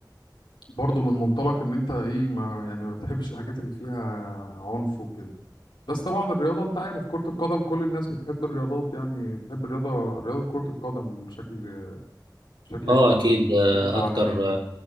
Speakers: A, on the left; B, on the right.
A: برضه من منطلق ان انت ايه ما يعني ما بتحبش الحاجات اللي فيها عنف وكده بس طبعا الرياضه انت عارف كره القدم كل الناس بتحب الرياضات يعني بتحب الرياضه رياضه كره القدم بشكل بشكل
B: اه
A: كبير
B: اكيد آه،
A: لعبه عالميه
B: اكتر